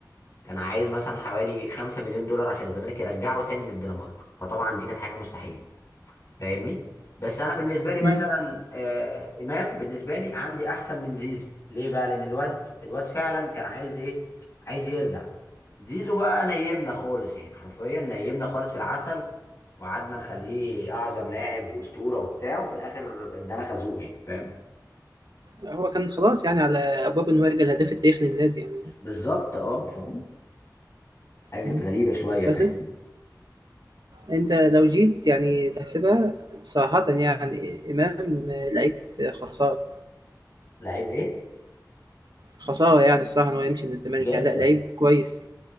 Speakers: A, on the left; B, on the right.
A: كان عايز مثلا حوالي 5 مليون دولار عشان الزمالك يرجعه تاني من الدنمارك فطبعا دي كانت حاجة مستحيلة فاهمني بس انا بالنسبه لي مثلا
B: مم.
A: آه امام بالنسبه لي عندي احسن من زيزو ليه بقى لان الواد الواد فعلا كان عايز ايه عايز يرجع زيزو بقى نيمنا خالص يعني حرفيا نيمنا خالص في العسل وقعدنا نخليه اعظم لاعب واسطوره وبتاع وفي الاخر ادانا خازوق يعني فاهم
B: هو كان خلاص يعني على أبواب إن هو يجي الهداف التاريخي للنادي يعني
A: بالظبط اه فاهم حاجه كانت
B: مم.
A: غريبه شويه
B: بس
A: فاهم
B: انت لو جيت يعني تحسبها صراحة يعني امام لعيب خسارة
A: لعيب ايه
B: خسارة يعني الصراحة ان هو يمشي من الزمالك
A: جدا
B: يعني لا لعيب كويس